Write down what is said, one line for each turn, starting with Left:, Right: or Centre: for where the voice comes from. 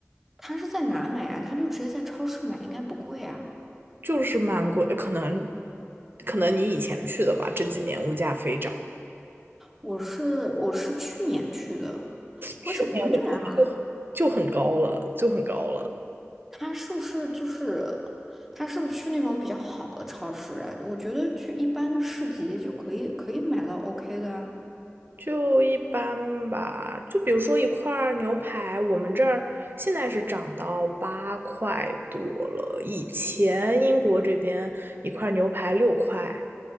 Centre: 他是在哪买啊？他就直接在超市买，应该不贵啊。
Right: 就是蛮贵，可能可能你以前去的吧，这几年物价飞涨，
Centre: 我是我是去年去的，
Right: 去年我
Centre: 怎么会这样啊？
Right: 就很高了，就很高了，
Centre: 他是不是就是他是不是去那种比较好的超市啊？我觉得去一般的市集就可以可以买到 OK 的啊，
Right: 就一般吧，就比如说一块儿牛排，我们这儿现在是涨到八块多了，以前英国这边一块牛排六块，